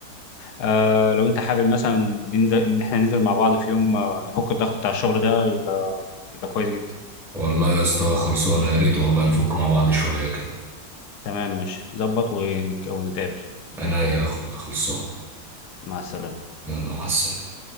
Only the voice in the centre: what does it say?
والله يا اسطى خلصانه يا ريت والله نفك مع بعض شويه كده
انا يا اخويا خلصانه
يلا مع السلامه